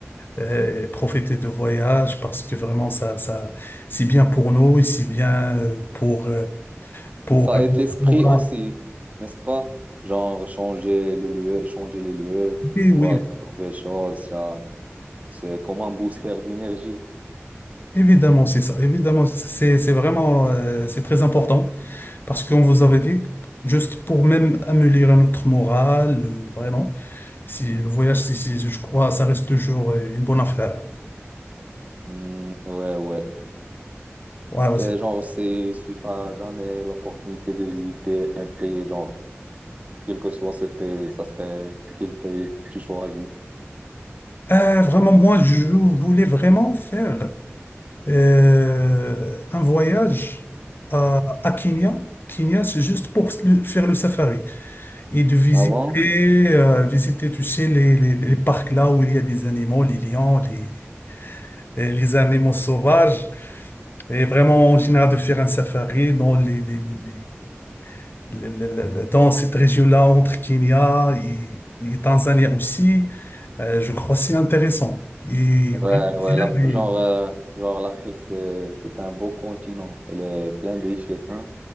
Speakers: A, on the left; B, on the right.
A: euh, profiter de voyage parce que vraiment, ça, ça, c'est bien pour nous et c'est bien euh, pour, euh, pour,
B: Ça
A: euh,
B: aide l'esprit
A: pour-
B: aussi, n'est-ce pas? Genre, changer le lieu, changer les lieux,
A: Oui,
B: voir
A: oui,
B: de nouvelles choses, C'est comme un booster d'énergie.
A: évidemment, c'est ça. Évidemment, c'est, c'est vraiment, euh, c'est très important. Parce qu'on vous avait dit, juste pour même améliorer notre morale, euh, vraiment, si le voyage, si, si- je crois, ça reste toujours euh, une bonne affaire.
B: Hmm, ouais, ouais.
A: Ouais, ouais,
B: Et
A: c'est-
B: genre, c'est, si tu n'as jamais l'opportunité de visiter un pays, genre, quel que soit ce pays, ça serait quel pays que tu choisis.
A: Euh, vraiment, moi, je voulais vraiment faire euh, un voyage à, à Kenya. Kenya, c'est juste pour le- faire le safari et de visiter,
B: Avant?
A: euh, visiter, tu sais, les, les, les parcs là où il y a des animaux, les lions, les, les animaux sauvages. Et vraiment, en général, de faire un safari dans, les, les- les- les- le- le- le- le- dans cette région-là, entre Kenya et, et Tanzanie aussi, euh, je crois que c'est intéressant. Et vraiment,
B: Ouais, ouais,
A: c'est l'un
B: la,
A: des-
B: genre, euh, genre, l'Afrique, c'est, c'est un beau continent. Elle est pleine de richesses, hein.